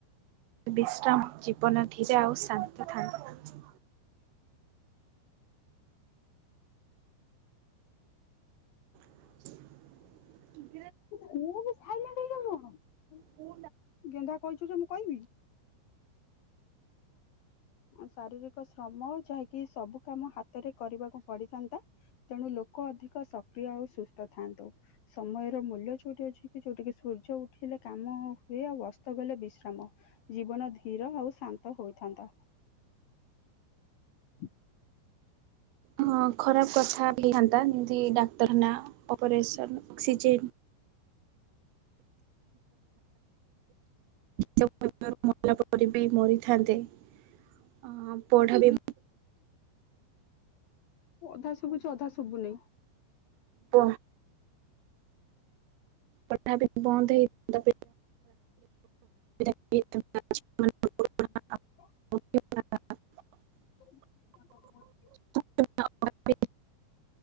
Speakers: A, on the right; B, on the left.
A: ସେ ବିଶ୍ରାମ ଜୀବନ ଧୀରେ ଆଉ ଶାନ୍ତ ଥାନ୍ତା । <inaudible>
B: ମୁୁ ବି ଖାଇଲା କେ କଣ ।
A: ହୁ
B: ଗେନ୍ଧା କହିଛୁ ଯେ ମୁଁ କହିବି। ଶାରୀରିକ ଶ୍ରମ ଯାହାକି ସବୁ କାମ ହାତରେ କରିବାକୁ ପଡିଥାନ୍ତା ତେଣୁ ଲୋକ ଅଧିକ ସକ୍ରିୟ ଆଉ ସୁସ୍ଥ ଥାନ୍ତୁ ସମୟର ମୂଲ୍ୟ ଯୋଉଠି ଅଛି କି ଯୋଉଠ କି ସୂର୍ଯ୍ୟ ଉଠିଲେ କାମ ହୁଏ ଆଉ ଅସ୍ତ ଗଲେ ବିଶ୍ରାମ ଜୀବନ ଧୀର ଆଉ ଶାନ୍ତ ହୋଇଥାନ୍ତା। ହ
A: ହ ଖରାପ କଥା ହେଥାନ୍ତା ଯେମତି ଡାକ୍ତରଖାନା ଅପରେସନ୍ ଅକ୍ସିଜେନ୍ ମରଲା ପରେ ବି ମରି ଥାନ୍ତେ ଅ ପଢା ବି
B: ଅଧା ଶୁଭୁଛି ଅଧା ସୁଭୁନହିଁ
A: ହ ପା ବି ବନ୍ଦ ହେଇ ତା <inaudible>
B: ଆଛା <inaudible>
A: <inaudible>
B: ହ <inaudible>
A: <inaudible>